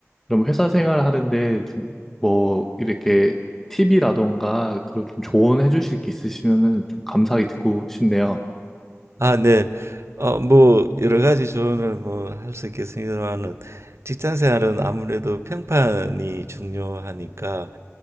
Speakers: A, in the centre; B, on the right.
A: 그럼 회사 생활하는데 좀 뭐 이렇게 팁이라던가 그런 좀 조언해 주실 게 있으시면은 좀 감사하게 듣고 싶네요.
B: 아, 네. 어, 뭐 여러 가지 조언을 뭐 할 수 있겠습니다만은 직장 생활은 아무래도 평판이 중요하니까